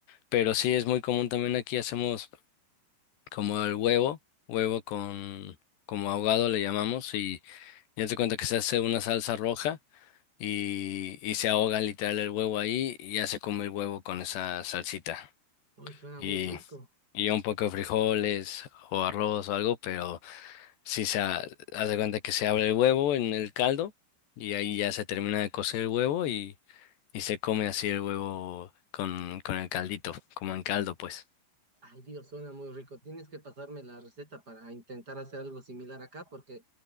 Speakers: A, on the left (about 70°); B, on the right (about 20°).
A: Pero sí es muy común también aquí hacemos como el huevo, huevo con, como ahogado le llamamos, y ya te cuenta que se hace una salsa roja y, y se ahoga literal el huevo ahí y ya se come el huevo con esa salsita.
B: Uy, suena
A: Y,
B: muy rico.
A: y un poco de frijoles o arroz o algo, pero sí se ha- haz de cuenta que se abre el huevo en el caldo y ahí ya se termina de cocer el huevo y, y se come así el huevo con, con el caldito, como en caldo pues.
B: Ay, Dios, suena muy rico. Tienes que pasarme la receta para intentar hacer algo similar acá, porque